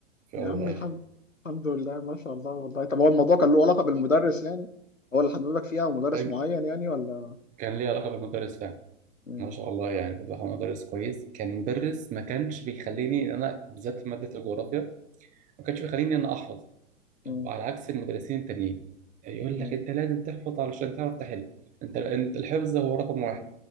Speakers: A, on the right (about 20°); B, on the left (about 85°).
A: في
B: يا
A: الأول
B: عم
A: والآخر
B: الحمد الحمد لله ما شاء الله والله طب هو الموضوع كان له علاقة بالمدرس يعني هو اللي حببك فيها ومدرس
A: أج-
B: معين يعني ولا
A: كان ليه علاقة بالمدرس فعلا
B: مم.
A: ما شاء الله يعني بصراحة مدرس كويس كان مدرس ما كانش بيخليني إن أنا بالذات في مادة الجغرافيا ما كانش بيخليني إن أنا أحفظ
B: مم.
A: على عكس المدرسين التانيين يقول
B: مم.
A: لك أنت لازم تحفظ علشان تعرف تحل أنت أنت الحفظ هو رقم واحد